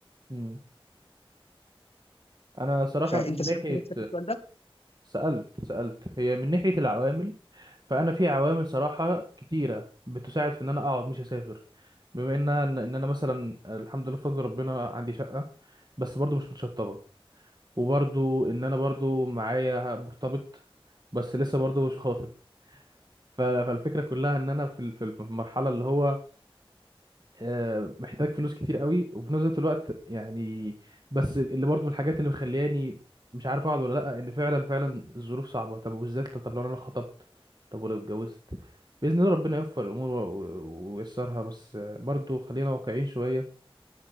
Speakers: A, on the right; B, on the left.
A: مم. انا صراحة
B: فانت
A: من
B: سألت
A: ناحية
B: نفسك السؤال ده
A: سألت سألت هي من ناحية العوامل فانا في عوامل صراحة كتيرة بتساعد في ان انا اقعد مش اسافر بما انها ان إن انا مثلا الحمد لله بفضل ربنا عندي شقة بس برضو مش متشطبة وبرضو ان انا برضو معايا مرتبط بس لسه برضو مش خاطب ف- فالفكرة كلها ان انا في ال- في المرحلة اللي هو آه، محتاج فلوس كتير قوي وفي نفس الوقت يعني بس اللي برضو من الحاجات اللي مخلياني مش عارف اقعد ولا لا ان فعلا فعلا الظروف صعبه طب وبالذات لو طب لو انا خطبت طب ولو اتجوزت باذن الله ربنا يوفق الامور و- و- وييسرها بس آه، برضو خلينا واقعيين شويه